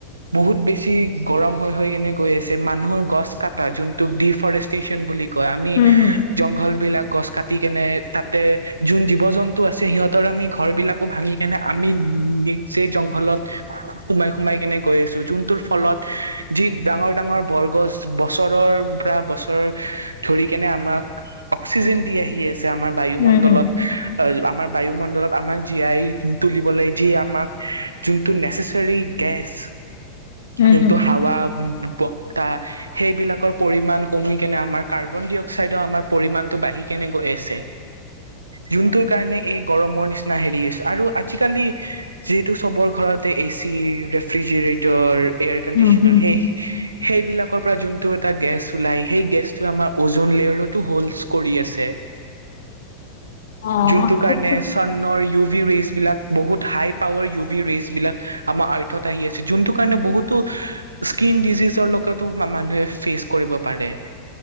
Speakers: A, on the right; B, on the left.
A: বহুত বেছি গৰম হৈ হয় কেনে গৈ আছে। মানুহ গছ কাটা জোনটোক দেফৰেষ্টটেচন বুলি কয়। আমি
B: উম, হুম,
A: জংঘল বিলাক গছ কাটি কেনে তাতে যোন জীৱ জন্তু আছে সিহঁতৰ আমি ঘৰ বিলাকো ভাঙি কিনে আমি উম, সেই জংঘলত খব সোমাই-সোমাই কেনে গৈ আছো যোনটোৰ ফলত যি ডাঙৰ- ডাঙৰ বৰগছ। বছৰৰ পৰা বছৰ ধৰি কেনে আমাক অক্সিজেন দি আহি আছে, আমাৰ বায়ুমণ্ডলত।
B: উম, হুম,
A: আমাৰ বায়ুমণ্ডলত আমাক জীয়াই তুলিবলৈ যি আমাক যোনটো নেচচাৰী গেছ
B: উম,
A: যোনটো
B: হুম,
A: হাৱা বসা সেইবিলাকৰ পৰিমাণ কমি কেনে আমাৰ কাৰ্বন ডি অক্সাইডৰ আমাৰ পৰিমাণটো বাঢ়ি কেনে গৈ আছে। যোনটোৰ কাৰণে এই গৰমৰ নিচিনা হেৰি হৈছে আৰু আজিকালি যিহেতু চবৰ ঘৰতে এই চি ৰেফ্ৰিজৰেটৰ এয়াৰ কণ্ডিচনাৰ
B: উম, হুম।
A: সেই সেইবিলাকৰ পৰা যোনটো এটা গেছ ওলাই। সেই গেছটোে আমাৰ ওজন লেয়াৰতো হলচ কৰি আছে।
B: অ',
A: যোনটো
B: সেইটো
A: কাৰণে চানৰ ইউজ ভী ৰেচ বিলাক বহুত হাই পাৱাৰ ই ভী ৰেইচ বিলাক আমাৰ আৰ্থত আহি আছে। যোনটো কাৰণে বহুতো স্কিন ডিজিজৰ লগতো মানুহে ফেচ কৰিব পাৰে।